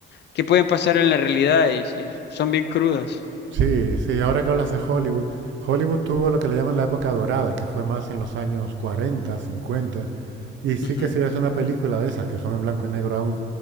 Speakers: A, on the left; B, on the right.
A: que pueden pasar en la realidad y, y son bien crudas.
B: Sí, sí, ahora que hablas de Hollywood, Hollywood tuvo lo que le llaman la época dorada, que fue más en los años 40, 50, y sí
A: Ujú.
B: que si ves una película de esas, que son en blanco y negro aún,